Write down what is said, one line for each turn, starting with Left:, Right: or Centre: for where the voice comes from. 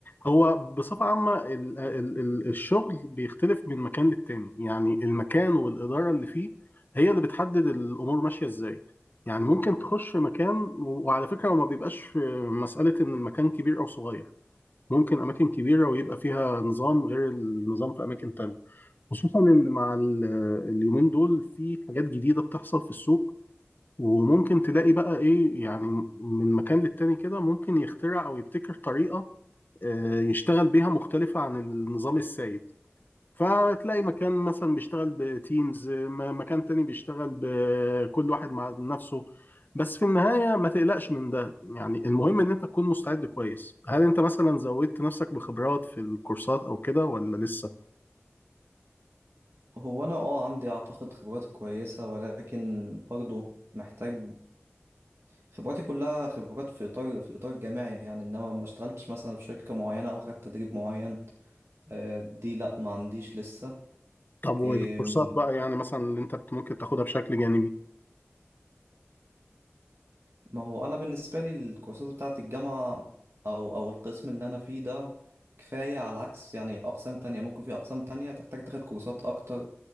Left: هو بصفة عامة ال ال ال الشغل بيختلف من مكان للتاني يعني المكان والإدارة اللي فيه هي اللي بتحدد الأمور ماشية ازاي يعني ممكن تخش مكان وعلى فكرة وما بيبقاش مسألة ان المكان كبير او صغير ممكن اماكن كبيرة ويبقى فيها نظام غير النظام في اماكن تانية خصوصا ان مع ال- اليومين دول في حاجات جديده بتحصل في السوق وممكن تلاقي بقى ايه يعني من مكان للتاني كده ممكن يخترع او يبتكر طريقه آه، يشتغل بيها مختلفه عن النظام السائد فتلاقي مكان مثلا بيشتغل بتيمز مكان تاني بيشتغل بكل واحد مع نفسه بس في النهاية ما تقلقش من ده يعني المهم ان انت تكون مستعد كويس هل انت مثلا زودت نفسك بخبرات في الكورسات او كده ولا لسه
Right: هو انا اه عندي اعتقد خبرات كويسة ولكن برضه محتاج خبراتي كلها خبرات في اطار في الاطار الجامعي يعني انما ما اشتغلتش مثلا في شركة معينة او خدت تدريب معين آه، دي لا ما عنديش لسه
Left: طب والكورسات
Right: إيه،
Left: بقى يعني مثلا اللي انت بت- ممكن تاخدها بشكل جانبي
Right: ما هو انا بالنسبه لي الكورسات بتاعه الجامعه او او القسم اللي انا فيه ده كفايه على عكس يعني اقسام تانية ممكن في اقسام تانية تحتاج تاخد كورسات اكتر